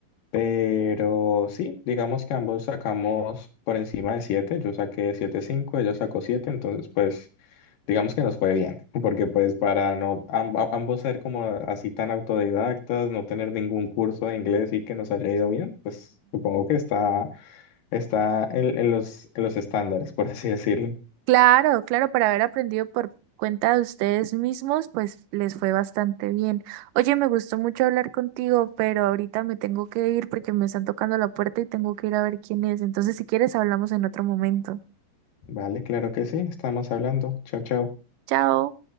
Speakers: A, on the left; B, on the right.
A: pero sí, digamos que ambos sacamos por encima de siete yo saqué siete punto cinco ella sacó siete entonces pues digamos que nos fue bien, <laughs> porque pues para no amb- ambos ser como así tan autodidactas, no tener ningún curso de inglés y que nos haya ido bien, pues supongo que está Está en, en los, en los estándares, por así decirlo.
B: Claro, claro, para haber aprendido por cuenta de ustedes mismos, pues les fue bastante bien. Oye, me gustó mucho hablar contigo, pero ahorita me tengo que ir porque me están tocando la puerta y tengo que ir a ver quién es. Entonces, si quieres, hablamos en otro momento.
A: Vale, claro que sí, estamos hablando. Chao, chao.
B: Chao.